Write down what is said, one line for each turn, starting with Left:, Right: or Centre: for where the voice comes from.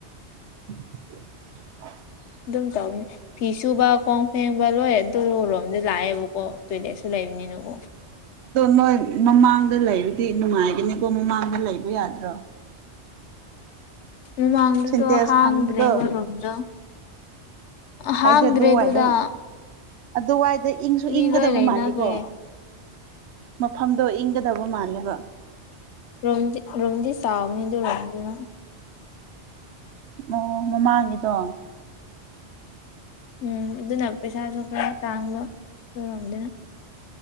Right: <inaudible>
Left: ꯑꯗꯨꯝ ꯇꯧꯕꯅꯤ ꯐꯤ ꯁꯨꯕ ꯀꯣꯟ ꯐꯦꯡꯕ ꯂꯣꯏ ꯑꯗꯨꯔꯣꯝꯗ ꯂꯥꯛꯑꯦꯕꯀꯣ ꯇꯣꯏꯂꯦꯠꯁꯨ ꯂꯩ ꯂꯩꯝꯅꯤꯅ ꯀꯣ
Right: ꯅꯪ ꯃꯃꯥꯡꯗ ꯂꯩꯕꯗꯤ ꯅꯨꯡꯉꯥꯏꯒꯅꯤꯀꯣ ꯃꯃꯥꯡꯗ ꯂꯩꯕ ꯌꯥꯗ꯭ꯔꯣ
Left: ꯃꯃꯥꯡꯗꯨꯗꯣ
Right: ꯁꯤꯟꯇꯦꯛꯁ
Left: ꯍꯥꯡꯗ꯭ꯔꯦꯕ
Right: ꯊꯝꯕꯗꯣ
Left: ꯔꯨꯝꯗꯣ ꯍꯥꯡꯗ꯭ꯔꯦ
Right: ꯑꯩꯗꯤ ꯑꯗꯨꯋꯥꯏꯗ
Left: ꯑꯗꯨꯗ
Right: ꯑꯗꯨꯋꯥꯏꯗ ꯏꯪꯁꯨ
Left: ꯃꯤ
Right: ꯏꯪꯒꯗꯕ
Left: ꯂꯣꯏ ꯂꯩꯅꯈ꯭ꯔꯦ
Right: ꯃꯥꯜꯂꯦꯀꯣ ꯃꯐꯝꯗꯣ ꯏꯪꯒꯗꯕ ꯃꯥꯜꯂꯦꯕ
Left: ꯔꯨꯝꯗꯨ ꯔꯨꯝꯗꯤ ꯆꯥꯎꯕꯅꯤ ꯑꯗꯨ ꯔꯨꯝꯗꯨꯅ
Right: ꯑꯣ ꯃꯃꯥꯡꯒꯤꯗꯣ
Left: ꯎꯝ ꯑꯗꯨꯅ ꯄꯩꯁꯥꯁꯨ ꯈꯔ ꯇꯥꯡꯕ ꯗꯨ ꯔꯨꯝꯗꯨꯅ